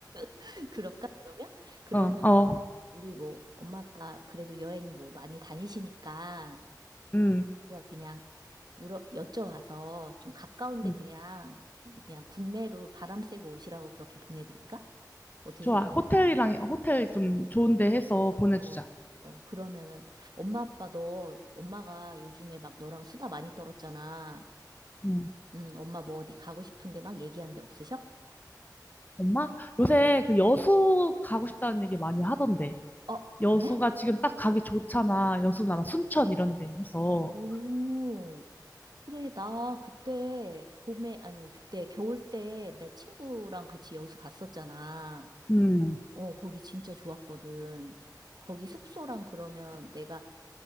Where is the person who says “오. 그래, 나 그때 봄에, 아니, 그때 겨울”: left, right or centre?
Right